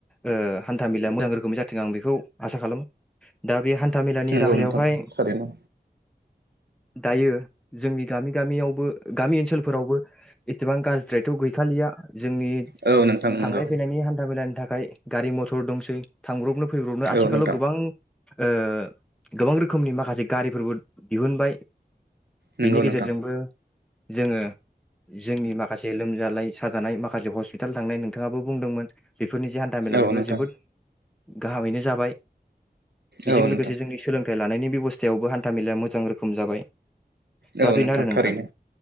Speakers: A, in the centre; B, on the right.
A: ओ हान्था मेलाया मोजां रोखोमनि जाथों आं बेखौ आसा खालामो दा बे हान था-मेलानि
B: नंगौ
A: राहायावहाय
B: नोंथां थारैनो
A: दायो जोंनि गामि गामियावबो गामि ओनसोलफोरावबो एसेबां गाज्रिद्रायथ' गैखालिया जोंनि
B: औ नोंथां
A: थांनाय
B: नंगौ
A: फैनायनि हान्था मेलानि थाखाय गारि मथर दंसै थांब्रबनो फैब्रबनो आथिखालाव
B: औ नोंथां
A: गोबां ओ गोबां रोखोमनि माखासे गारिफोरबो दिहुनबाय। बेनि
B: नंगौ
A: गेजेरजोंबो
B: नोंथां
A: जोङो जोंनि माखासे लोमजानाय साजानाय माखासे हस्पिटाल थांनाय नोंथाङाबो बुंदोंमोन बेफोरनि जे हान्था मेला
B: औ
A: बेबो
B: नोंथां
A: जोबोद गाहामैनो जाबाय। बेजों
B: औ
A: लोगोसे
B: नोंथां
A: जोंनि सोलोंथाइ लानायनि बेब'स्थायावबो हान्था मेलाया मोजां रोखोम जाबाय।
B: औ
A: दा बेनो आरो नोंथां
B: थारैनो